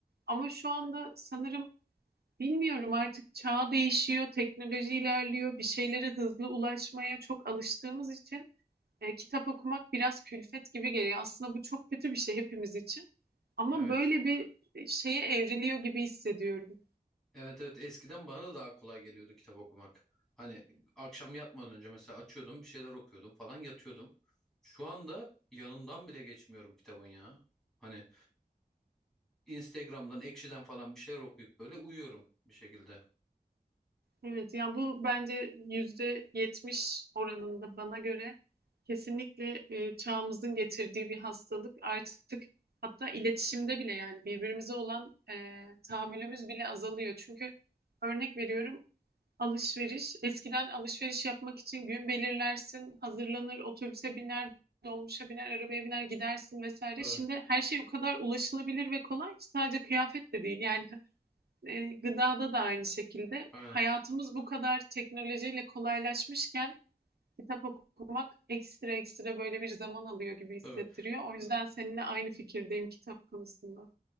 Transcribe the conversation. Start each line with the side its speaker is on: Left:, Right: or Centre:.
Right: Ama şu anda sanırım bilmiyorum artık çağ değişiyor, teknoloji ilerliyor, bir şeylere hızlı ulaşmaya çok alıştığımız için e, kitap okumak biraz külfet gibi geliyor. Aslında bu çok kötü bir şey hepimiz için. Ama
Centre: Evet.
Right: böyle bir e, şeye evriliyor gibi hissediyorum.
Centre: Evet evet eskiden bana da daha kolay geliyordu kitap okumak. Hani akşam yatmadan önce mesela açıyordum bir şeyler okuyordum falan yatıyordum. Şu anda yanından bile geçmiyorum kitabın ya. Hani Instagram'dan, Ekşi'den falan bir şeyler okuyup böyle uyuyorum bir şekilde.
Right: Evet, yani bu bence yüzde yetmiş oranında bana göre kesinlikle e, çağımızın getirdiği bir hastalık. Artık hatta iletişimde bile yani birbirimize olan e, tahammülümüz bile azalıyor. Çünkü örnek veriyorum Alışveriş. Eskiden alışveriş yapmak için gün belirlersin, hazırlanır, otobüse biner, dolmuşa biner, arabaya biner, gidersin vesaire.
Centre: Tabii.
Right: Şimdi her şey o kadar ulaşılabilir ve kolay ki sadece kıyafet de değil. Yani e, gıdada da aynı şekilde.
Centre: Aynen.
Right: Hayatımız bu kadar teknolojiyle kolaylaşmışken kitap okumak ekstra ekstra böyle bir zaman alıyor gibi hissettiriyor.
Centre: Tabii.
Right: O yüzden seninle aynı fikirdeyim kitap konusunda.